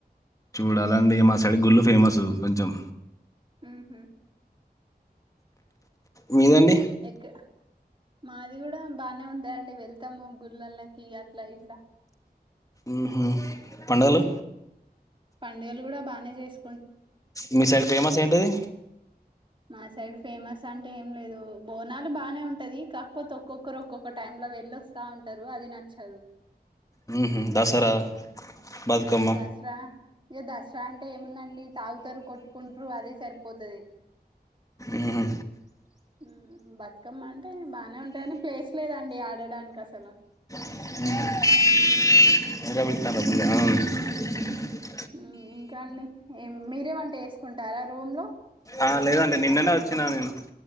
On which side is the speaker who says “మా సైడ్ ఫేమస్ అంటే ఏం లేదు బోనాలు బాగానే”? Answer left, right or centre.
Right